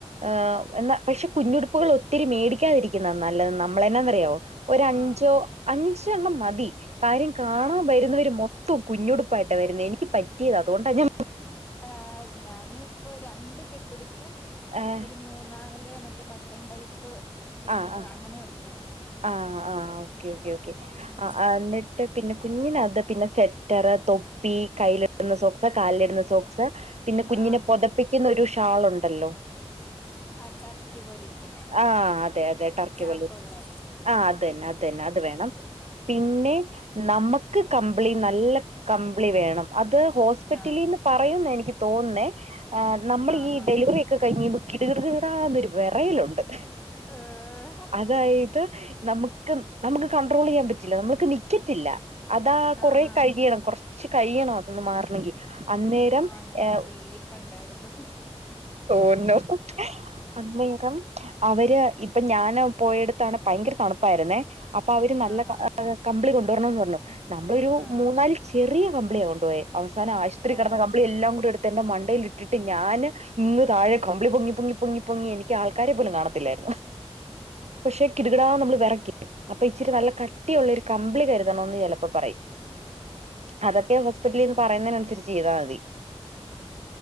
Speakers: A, on the right; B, on the left.
A: ഏഹ് എന്നാ പക്ഷെ കുഞ്ഞുടുപ്പുകൾ ഒത്തിരി മേടിക്കാതിരിക്കുന്ന നല്ലത് നമ്മള എന്നാെന്നറിയോ ഒര അഞ്ചോ
B: ആഹ്
A: അഞ്ച്. ഞ്ചെണ്ണം മതി. കാര്യം കാണാൻ
B: ആഹ്
A: വരുന്നവരും. മൊത്തം കുഞ്ഞുടുപ്പായിട്ടാ വരുന്നേ എനിക്ക് പ റ്റി അതോണ്ടാ ഞ
B: ആഹ് ഞാന്‌ ഇപ്പൊ രണ്ട് കെട്ടു ടുപ്പും
A: ആഹ്
B: ഇവരു മൂന്നാ ല്ലെ മറ്റേ ബട്ടൺ ടൈപ്പ് ബനിയന്
A: ആഹ്
B: അങ്ങനെ എടു
A: ആഹ് ആഹ് ഓക്കെ ഓക്കെ ഓക്കെ
B: ഉം
A: ആഹ് ന്നിട്ട് പിന്നെ കുഞ്ഞിനത് പിന്നെ സെറ്റർ തൊ പീ കൈയ്യിലിടുന്ന സോക്സ്, കാലിൽടുന്ന സോക്സ സ് പിന്നെ കുഞ്ഞിനെ
B: ആഹ് അതും
A: പൊതപ്പിക്കുന്ന ഒരു ഷാള് ഉണ്ടല്ലോ
B: ആഹ് ടർക്കി പോലിരിക്കുന്ന
A: ആഹ് അതെ അതെ ടർക്കി
B: ക്യാപ്പ്
A: പോലെ
B: ഉള്ളെ
A: ആഹ് അതന്നെ അതന്നെ അത് വേണം പിന്നെ നമ്മക്ക് കം മ്പിളി നല്ല കമ്പിളി വേണം അത് ഹോസ്പിറ്റലിൽ
B: ആഹ്
A: ന്ന് പറയും എനിക്ക് തോന്നു ണേ ആഹ് നമ്മളീ
B: ആഹ് ആഹ് ആഹ്
A: ഡെലിവറി ഒക്കെ കയ്ഞ്ഞി ബ് കിടുകിട്കിടാന്നൊരു വെറയലാെ ണ്ട്
B: ഏഹ്
A: അതായത് നമുക്ക് നമുക്ക് കണ്ട്രോളെയ്യാം പറ്റില്ല നമ്മൾക്ക് നിക്കത്തില്ല അതാ കൊറേ
B: ആഹാ
A: കഴിയണം കൊർ ച്ച് കഴിയണം അതൊന്ന് മാർണെങ്കി അന്നേരം
B: ആഹ് ഞാൻ
A: എ
B: റീലി കണ്ടായിരുന്നു
A: ഒന്നോ അന്നേരം അവര് ഇപ്പൊ ഞാന് പോയെട്ത്താണ് ഭയങ്കര തണുപ്പായിരന്നേ അപ്പൊ അവര് നല്ല
B: ആഹ് ആഹ്
A: ക കമ്പിളി കൊണ്ട് <unintelligible> നമ്മളൊരു
B: ആഹ്
A: മുന്നാല് ചെറിയ കം കൊണ്ട പോയ അവസാന ആശുത്രി
B: ഏഹ്
A: കിടന്ന കമ്പിളി എല്ലാം കൂടെ എടുത്ത് എന്റെ മണ്ടൽ ഇട്ടിട്ട് ഞാൻ ഇന്ന് താഴെ കമ്പിളി പൊങ്ങി പൊങ്ങി പൊങ്ങി പൊങ്ങി എനിക്ക് ആൾക്കാരെ പോലും കാണത്തില്ലായിരുന്നു പക്ഷെ കിടുകിടാന്ന് നമ്മൾ വിറക്കും അപ്പൊ ഇച്ചിരി നല്ല കട്ടിയുള്ള ഒരു കമ്പിളി കരുതണന്ന് ചിലപ്പോ പറയും അതൊക്കെ ഹോസ്പിറ്റലന്ന് പറയുന്നതിന അനുസരിച്ച് ചെയ്താൽ മതി